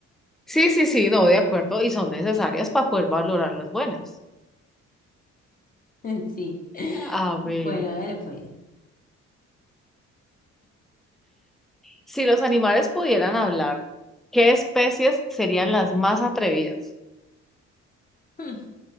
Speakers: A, in the centre; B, on the left.
A: Sí, sí, sí, no, de acuerdo, y son necesarias para poder valorar las buenas.
B: <laughs> Sí.
A: A ver,
B: Bueno, a ver, pues.
A: si los animales pudieran hablar, ¿qué especies serían las más atrevidas?
B: <laughs> Hmm,